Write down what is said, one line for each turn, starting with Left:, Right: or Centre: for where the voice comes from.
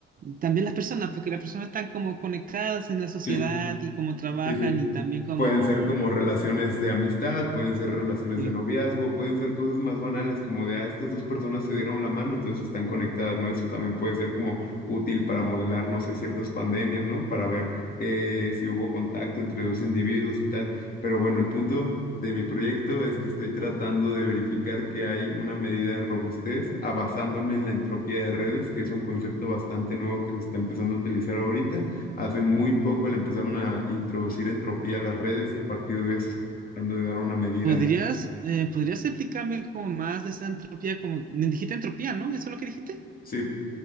Right: también las personas, porque las personas están como conectadas en la sociedad
Left: Sí,
Right: y cómo trabajan
Left: sí, sí.
Right: y también como...
Left: Pueden ser como relaciones de amistad, pueden ser relaciones
Right: Sí.
Left: de noviazgo, pueden ser cosas más banales, como de, ah, estas dos personas se dieron la mano, entonces están conectadas, ¿no? Eso también puede ser como útil para modelar, no sé, ciertas pandemias, ¿no? Para ver eh, si hubo contacto entre dos individuos y tal. Pero bueno, el punto de mi proyecto es que estoy tratando de verificar que hay una medida de robustez, ah, basándome en la entropía de redes, que es un concepto bastante nuevo que se está empezando a utilizar ahorita Hace muy poco le empezaron a introducir entropía a las redes y a partir de eso están tratando de dar una medida.
Right: ¿Podrías, eh, ¿podrías explicarme como más de esa entropía? Como, dijiste entropía, ¿no? ¿Eso es lo que dijiste?
Left: Sí,